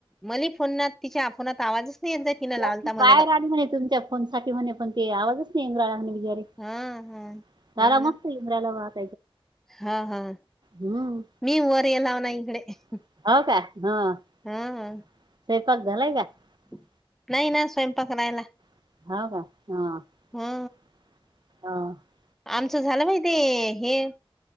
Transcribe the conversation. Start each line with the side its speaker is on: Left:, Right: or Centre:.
Centre: मली फोनना तिच्या फोनात आवाजच नाही येत जाय
Right: <unintelligible>
Centre: तिनं लावलता मले तर
Right: <unintelligible>
Centre: हा हा हो ना <unintelligible>
Right: हम्म
Centre: <unintelligible>
Right: <unintelligible>
Centre: हा <unintelligible>
Right: <unintelligible>
Centre: हा
Right: <unintelligible>
Centre: <unintelligible>